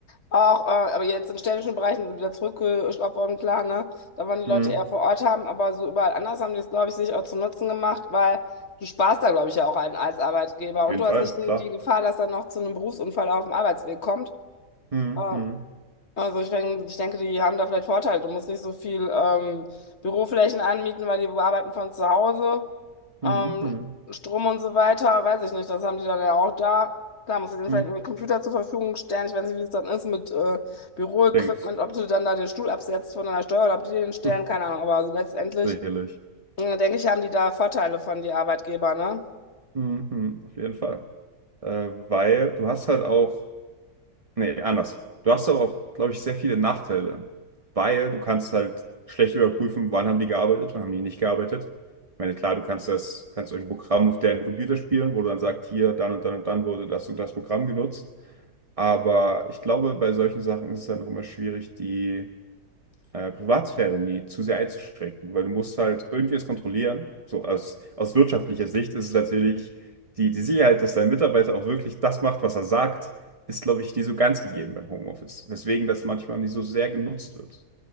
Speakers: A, on the left (about 45°); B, on the right (about 25°).
A: auch, äh, aber jetzt in städtischen Bereichen wieder zurückgeschraubt worden, klar, ne? Da wollen die
B: Hm,
A: Leute eher vor Ort haben, aber so überall anders haben die es, glaube ich, sich auch zum Nutzen gemacht, weil du sparst da, glaube ich, ja auch einen als Arbeitgeber
B: auf
A: und
B: jeden
A: du
B: Fall,
A: hast nicht die
B: klar.
A: die Gefahr, dass dann noch zu einem Berufsunfall auf dem Arbeitsweg kommt.
B: Hm,
A: Ähm,
B: hm,
A: also ich denke, ich denke, die haben da vielleicht Vorteile. Du musst nicht so viel ähm, Büroflächen anmieten, weil die arbeiten von zu Hause.
B: hm,
A: Ähm,
B: hm,
A: Strom und so weiter, weiß ich nicht. Das haben die dann ja auch da. Klar, musst du denen
B: hm.
A: vielleicht einen Computer zur Verfügung stellen. Ich weiß nicht, wie es dann ist mit äh, Büroequipment,
B: Ich denke es.
A: ob du dann da den Stuhl absetzt von deiner Steuer oder ob die dir den stellen,
B: <laughs>
A: keine Ahnung. Aber also letztendlich
B: Sicherlich.
A: äh, denke ich, haben die da Vorteile von die Arbeitgeber, ne?
B: Hm, hm, auf jeden Fall. Äh, weil du hast halt auch Nee, anders. Du hast aber auch, glaube ich, sehr viele Nachteile, weil du kannst halt schlecht überprüfen, wann haben die gearbeitet, wann haben die nicht gearbeitet. Ich meine, klar, du kannst das, kannst irgendein Programm auf deren Computer spielen, wo du dann sagst, hier, dann und dann und dann wurde das und das Programm genutzt. Aber ich glaube, bei solchen Sachen ist es dann auch immer schwierig, die äh, Privatsphäre nie zu sehr einzuschränken, weil du musst halt irgendwie es kontrollieren. So aus, aus wirtschaftlicher Sicht ist es natürlich die, die Sicherheit, dass dein Mitarbeiter auch wirklich das macht, was er sagt, ist, glaube ich, nie so ganz gegeben beim Homeoffice. Weswegen das manchmal nicht so sehr genutzt wird.